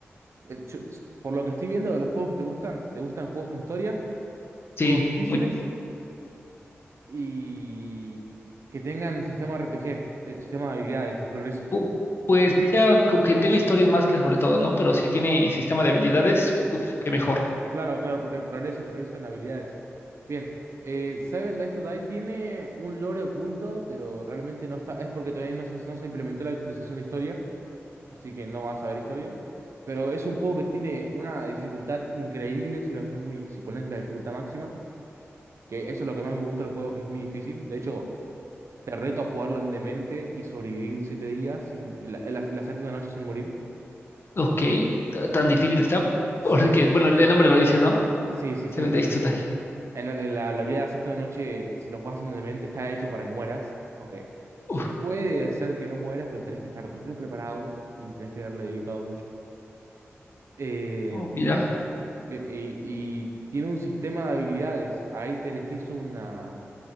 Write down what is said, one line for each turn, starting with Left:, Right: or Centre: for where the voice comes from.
Right: eh, yo- por lo que estoy viendo de los juegos que te gustan, ¿te gustan juegos con historia?
Left: Sí,
Right: ¿Juegos difíciles?
Left: muy,
Right: y que tengan sistema RPG, eh, sistema de habilidades, de progreso.
Left: pu- pues que sea, con que tenga historias más que sobre todo, ¿no? Pero si tiene sistema de habilidades, uff, qué mejor.
Right: Claro, claro, progre- progreso, progreso en habilidades. Bien, eh, Seven Days to Die tiene un lore oculto, pero realmente no está, es porque todavía no se, no se implementó la actualización de historia, así que no vas a ver historia. Pero es un juego que tiene una dificultad increíble si lo haces muy, si pones la dificultad máxima, que eso es lo que más me gusta del juego, que es muy difícil. De hecho, te reto a jugarlo en demente y sobrevivir siete días sin, la, la la séptima noche sin morir.
Left: Ok, t- tan difícil está,
Right: Sí,
Left: porque,
Right: es.
Left: bueno, el el nombre lo dice, ¿no?
Right: Sí, sí, se
Left: Seven
Right: vende
Left: Days
Right: esto
Left: to
Right: Die.
Left: Die.
Right: En la, en la, la habilidad de la Séptima Noche, si lo juegas en demente, está hecho para que mueras. Aunque
Left: Uf,
Right: se puede hacer que no mueras, pero tenés que estar re preparado y tenés que haberle dedicado mucho. Eh,
Left: oh, mira,
Right: bien, bien. Y, y tiene un sistema de habilidades. Ahí te elegís una,